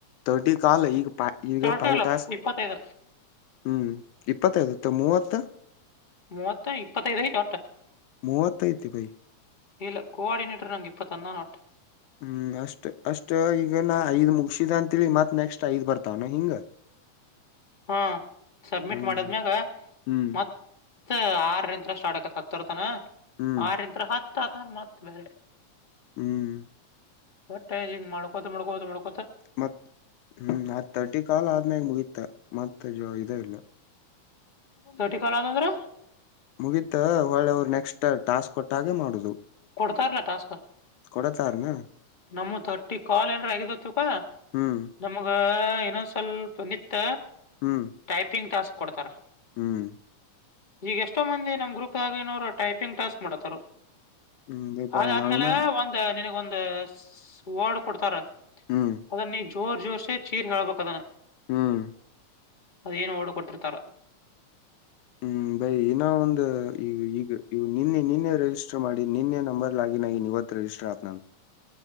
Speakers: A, on the left; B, on the left.
A: ಥರ್ಟಿ ಕಾಲ ಈಗ ಫೈ ಈಗ
B: ಟೋಟಲ್
A: ಪೈ ಟಾಸ್ಕ್
B: ಇಪ್ಪತ್ತೈದು
A: ಹ್ಮ್ ಇಪ್ಪತ್ತೈದತ್ತು ಮೂವತ್ತು
B: ಮೂವತ್ತ ಇಪ್ಪತ್ತೈದ ಐತಿ ವಟ್ಟ್
A: ಮೂವತ್ತೈತಿ ಬೈ
B: ಇಲ್ಲ ಕೋಆರ್ಡಿನೇಟರ್ ನಂಗೆ ಇಪ್ಪತ್ತ ಅಂದನಾ ವಟ್ಟ್
A: ಹ್ಮ್ ಅಷ್ಟ ಅಷ್ಟ ಈಗ ನಾ ಐದ್ ಮುಗಸಿದ ಅಂತಿ ಮತ್ ನೆಕ್ಸ್ಟ್ ಐದ್ ಬರ್ತಾವ್ನ ಹಿಂಗ
B: ಹಾ ಸಬ್ಮಿಟ್
A: ಹಂಗ
B: ಮಾಡದ್ಮ್ಯಾಗ
A: ಹ್ಮ್
B: ಮತ್ತ ಆರ ಇತ್ರ ಸ್ಟಾರ್ಟ್ ಆಕತ್ ಹತ್ತರತನ
A: ಹ್ಮ್
B: ಆರ ನಿತ್ರ ಹತ್ತತಾರ ಮತ್ ಬೇರೆ
A: ಹ್ಮ್
B: ಬಟ್ಟೆ ಈಗ ಮಾಡ್ಕೋತ ಮಾಡ್ಕೋತ ಮಾಡ್ಕೋ
A: ಮತ್ ಹ್ಮ್ ಆ ತರ್ಟಿ ಕಾಲ್ ಆದ್ಮ್ಯಾಗ ಮುಗೀತ ಮತ್ತ ಜ ಇದ ಇಲ್ಲ
B: ಥರ್ಟಿ ಕಾಲ್ ಆತ ಅಂದ್ರ
A: ಮುಗೀತ ಹೊಳ್ಳಿ ಅವ್ರು ನೆಕ್ಸ್ಟ್ ಟಾಸ್ಕ್ ಕೊಟ್ಟಾಗ ಮಾಡುದು
B: ಕೊಡ್ತಾರಲ್ಲ ಟಾಸ್ಕ್
A: ಕೊಡತಾರನ
B: ನಮ್ಮ ತರ್ಟಿ ಕಾಲ್ ಏನ್ ಆಗ
A: ಹ್ಮ್
B: ನಮಗ ಇನ್ನೊಂದ ಸ್ವಲ್ಪ ನಿತ್ತ
A: ಹ್ಮ್
B: ಟೈಪಿಂಗ್ ಟಾಸ್ಕ್ ಕೊಡ್ತಾರ
A: ಹ್ಮ್
B: ಈಗ ಎಷ್ಟೋ ಮಂದಿ ನಮ್ಮ ಗ್ರೂಪ್್ದಾಗ ಏನವರು ಟೈಪಿಂಗ್ ಟಾಸ್ಕ್ ಮಾಡುತ್ತಾರೆ
A: ಹ್ಮ್ ಬೈ ಬಾಳ್
B: ಅದಾದ್ಮೇಲೆ
A: ನಾವಿನ
B: ಒಂದ ನಿನಗ್ ಒಂದ ಸ ವರ್ಡ್ ಕೊಡ್ತಾರ
A: ಹ್ಮ್
B: ಅವಾಗ್ ನೀ ಜೋರ್ ಜೋರ್ಸೆ ಚೀರ್ ಹೇಳ್ಬೇಕ್ ನೀ ಅದನ್ನ
A: ಹ್ಮ್
B: ಅದೇನು ವರ್ಡ್ ಕೊಟ್ಟಿರ್ತಾರ
A: ಹ್ಮ್ ಬೈ ಇನ ಒಂದು ಈಗ ಈಗ ಇ ನಿನ್ನೆ ನಿನ್ನೆ ರೆಜಿಸ್ಟರ್ ಮಾಡಿ ನಿನ್ನೆ ನಂಬರ ಲಾಗಿನ್ ಆಗೀನಿ ನನ್ ಇವತ್ತು ರಜಿಸ್ಟರ ಆತ ನಂದ